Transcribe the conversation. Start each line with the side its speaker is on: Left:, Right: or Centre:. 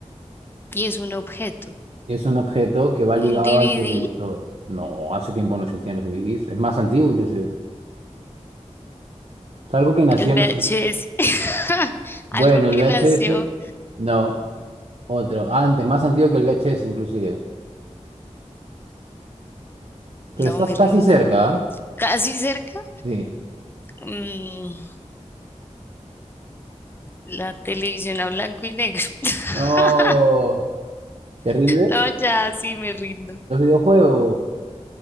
Left: y es un objeto.
Right: Es un objeto que va ligado
Left: Un DVD,
Right: al televisor. No, hace tiempo no existían los DVDs. Es más antiguo inclusive. Es algo que nació
Left: el
Right: en
Left: VHS.
Right: los...
Left: <laughs>
Right: Bueno,
Left: Algo que
Right: el VHS,
Left: nació.
Right: no, otro. Antes, más antiguo que el VHS inclusive. Pero
Left: No,
Right: estás
Left: me
Right: casi
Left: rindo.
Right: cerca, ¿ah?
Left: Casi cerca.
Right: Sí.
Left: mm, la televisión a blanco y negro. <laughs>
Right: No, ¿te rindes?
Left: No, ya sí me rindo.
Right: Los videojuegos.